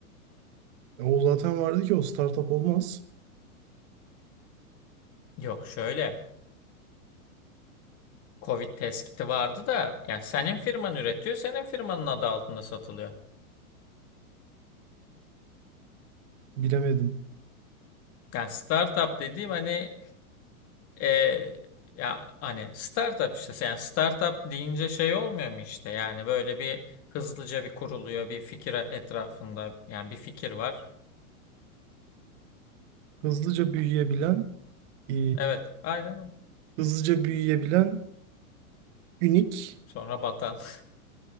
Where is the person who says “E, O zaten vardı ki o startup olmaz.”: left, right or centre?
Right